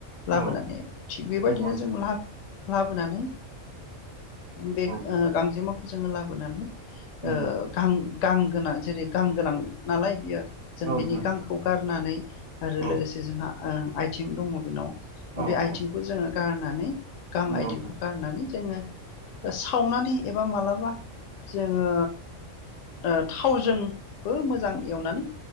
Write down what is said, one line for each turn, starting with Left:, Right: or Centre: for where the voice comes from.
Left: लाबोनानै
Right: औ
Left: थिग बेबायदिनो
Right: नंगौ नोंथां
Left: <unintelligible> लाबोनानै बे
Right: औ
Left: ओ
Right: नोंथां
Left: गांजेमा जोङो लाबोनानै
Right: नंगौ
Left: ओ गां गां गोनां जेरै गां गोनां नालाय बियो। जों
Right: औ
Left: बिनि
Right: नोंथां
Left: गांखौ गार नानै आरो
Right: औ
Left: लोगोसे जोंहा ओं आइथिं दङ बिनाव।
Right: औ
Left: बे आइथिंखौ
Right: औ
Left: जोङो गारनानै गां
Right: नंगौ
Left: आइथिंखौ
Right: नोंथां
Left: गारनानै जोङो सावनानै एबा मालाबा जोङो ओ थावजोंबो मोजां एवनानै